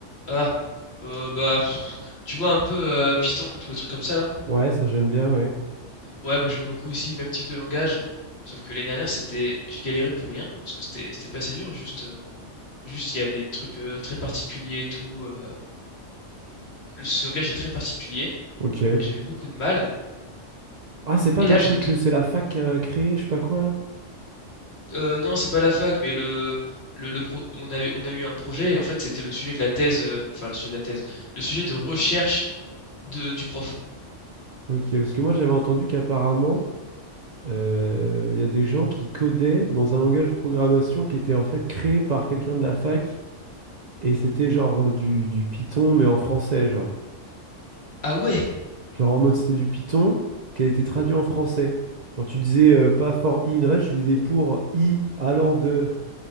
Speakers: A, on the left; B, on the right.
A: Ah, euh, bah, pff, tu vois un peu euh, Python, tous les trucs comme ça là.
B: Ouais, ça j'aime bien, ouais.
A: Ouais, moi j'aime beaucoup aussi, même type de langage. Sauf que l'année dernière, c'était, j'ai galéré pour rien, parce que c'était c'était pas assez dur. Juste, euh, juste il y a des trucs euh, très particuliers et tout. euh, le, ce langage est très particulier
B: Ok.
A: et j'avais beaucoup de mal.
B: Ah, c'est pas
A: Et
B: le
A: là,
B: truc
A: j'ai tout
B: que c'est la fac qui a créé, je sais pas quoi là?
A: Euh, non, c'est pas la fac, mais le, le, le pro- on a, eu- on a eu un projet et en fait c'était le sujet de la thèse, euh, enfin le sujet de la thèse, le sujet de recherche de, du prof.
B: Ok, parce que moi j'avais entendu qu'apparemment, euh, il y a des gens qui codaient dans un langage de programmation qui était en fait créé par quelqu'un de la fac, et c'était genre euh, du, du Python, mais en français, genre.
A: Ah ouais?
B: Genre en mode c'était du Python qui a été traduit en français. Genre tu disais euh, pas for i in range, tu disais pour i allant de,